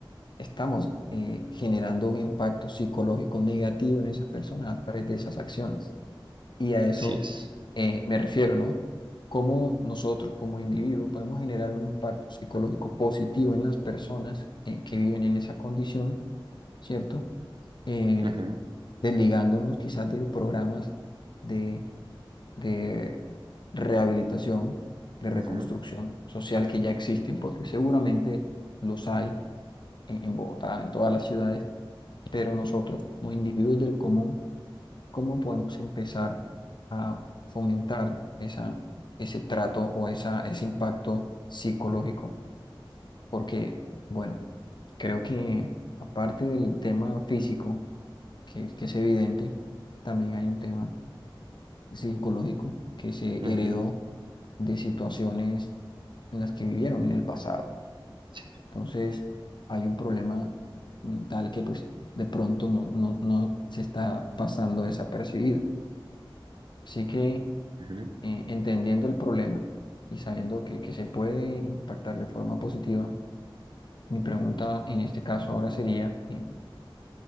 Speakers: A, on the left (about 55°); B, on the right (about 65°).
A: Estamos eh, generando un impacto psicológico negativo en esas personas a través de esas acciones. Y a eso
B: así es.
A: eh, me refiero, ¿no? Cómo nosotros como individuo podemos generar un impacto psicológico positivo en las personas eh, que viven en esa condición, ¿cierto? eh,
B: Ujú,
A: desligándonos quizás de los programas de, de rehabilitación, de
B: ujú,
A: reconstrucción social que ya existen, porque seguramente los hay en, en Bogotá, en todas las ciudades, pero nosotros como individuos del común, ¿cómo podemos empezar a fomentar esa, ese trato o esa, ese impacto psicológico? Porque, bueno, creo que aparte del tema físico, que, que es evidente, también hay un tema psicológico que se
B: ujú,
A: heredó de situaciones en las que vivieron en el pasado.
B: Sí,
A: Entonces, hay un problema mental que pues de pronto no, no, no se está pasando desapercibido. Así que
B: ujú,
A: eh, entendiendo el problema y sabiendo que, que se puede impactar de forma positiva, mi pregunta en este caso ahora sería, eh,